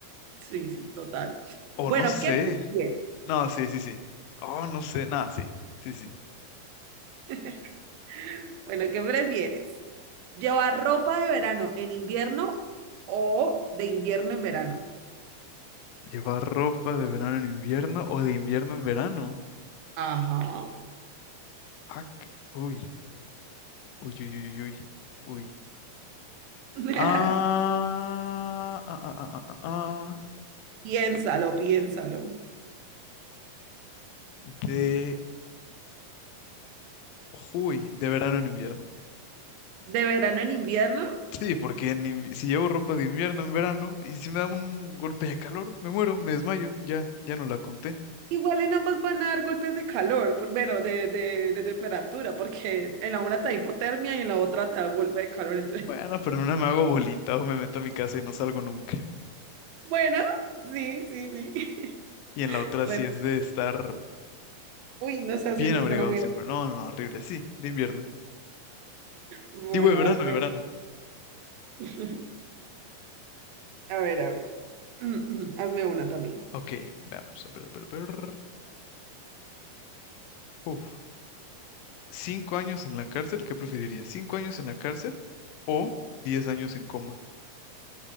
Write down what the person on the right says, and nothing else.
Sí, sí, total.
Bueno,
¿qué prefieres?
<laughs> Bueno, ¿qué prefieres? ¿Llevar ropa de verano en invierno o de invierno en verano?
Ajá.
<laughs>
Piénsalo, piénsalo.
¿De verano en invierno?
Igual y no vas van a dar golpes de calor, por, bueno, de, de, de temperatura, porque en la una te da hipotermia y en la otra te da un golpe de calor. Entonces,
<laughs> bueno, sí, sí, sí. <laughs>
Bueno,
uy, no sé
si me
suena muy.
Bueno,
hazme.
<laughs> A ver, a ver. Mm, mm, Hazme una también.